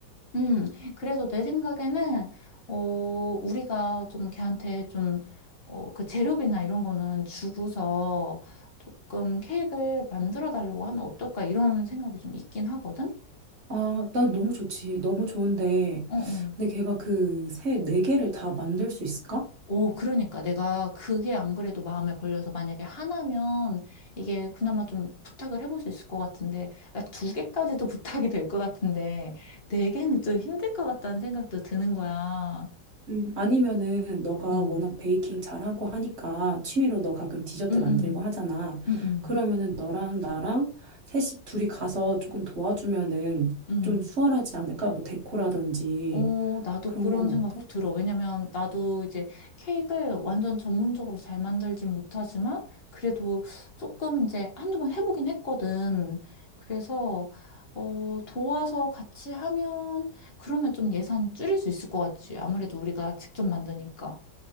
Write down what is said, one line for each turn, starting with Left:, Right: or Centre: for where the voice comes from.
Left: 음, 그래서 내 생각에는, 어, 우리가 좀 걔한테 좀, 어, 그 재료비나 이런 거는 주고서 조금 케이크를 만들어 달라고 하면 어떨까, 이런 생각이 좀 있긴 하거든?
Right: 아 나 너무 좋지. 너무 좋은데
Left: 어, 어.
Right: 근데 걔가 그 세 네 개를 다 만들 수 있을까?
Left: 오, 그러니까 내가 그게 안 그래도 마음에 걸려서 만약에 하나면 이게 그나마 좀 부탁을 해볼 수 있을 것 같은데, 야, 두 개까지도 <laughs> 부탁이 될 것 같은데, 네 개는 좀 힘들 것 같다는 생각도 드는 거야.
Right: 음, 아니면은 너가
Left: 어, 응,
Right: 워낙 베이킹 잘하고 하니까 취미로 너 가끔 디저트
Left: 응,
Right: 만들고
Left: 응,
Right: 하잖아.
Left: 응,
Right: 그러면은 너랑 나랑 셋이 둘이 가서 조금 도와주면은
Left: 응.
Right: 좀 수월하지 않을까? 뭐 데코라든지
Left: 어, 나도
Right: 그런
Left: 그런
Right: 건
Left: 생각도
Right: 어때?
Left: 들어. 왜냐면 나도 이제 케이크를 완전 전문적으로 잘 만들진 못하지만 그래도 조금 이제 한두 번 해보긴 했거든. 그래서 어, 도와서 같이 하면 그러면 좀 예산 줄일 수 있을 것 같지. 아무래도 우리가 직접 만드니까.